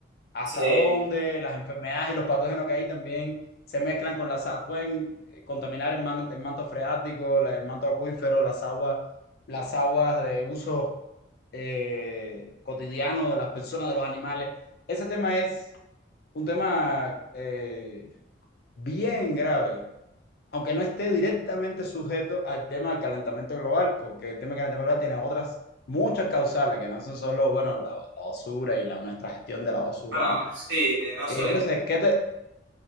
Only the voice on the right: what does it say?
sí,
bueno,
sí, de no so-